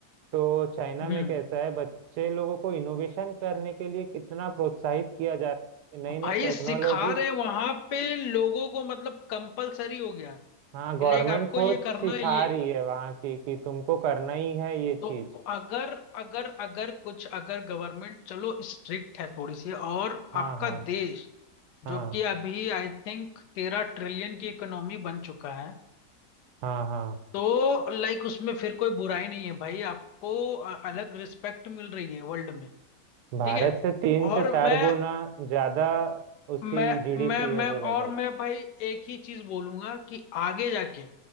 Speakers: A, on the right; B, on the left.
A: तो चाइना
B: हम्म
A: में कैसा है बच्चे लोगों को इनोवेशन करने के लिए कितना प्रोत्साहित किया जा रहा है नई
B: भाई
A: नई टेक्नोलॉजी
B: सिखा रहे वहां पे लोगों को मतलब कंपलसरी हो गया
A: हाँ गवर्नमेंट
B: लाइक आपको
A: खुद
B: ये
A: सिखा
B: करना है ये
A: रही है वहाँ की कि तुमको करना ही है ये चीज
B: तो अगर अगर अगर कुछ अगर गवर्नमेंट चलो स्ट्रिक्ट है थोड़ी सी और
A: हाँ
B: आपका
A: हाँ
B: देश
A: हाँ
B: जो कि अभी आई थिंक तेरह ट्रिलियन की इकोनॉमी बन चुका है
A: हाँ हाँ
B: तो लाइक उसमें फिर कोई बुराई नहीं है भाई आपको अ- अलग रिस्पेक्ट मिल रही है वर्ल्ड में
A: भारत
B: ठीक है
A: से तीन से
B: और
A: चार
B: मैं
A: गुना ज्यादा उसकी
B: मैं
A: जीडीपी
B: मैं मैं
A: है बोला
B: और
A: जाता
B: मैं भाई एक ही चीज बोलूंगा कि आगे जाके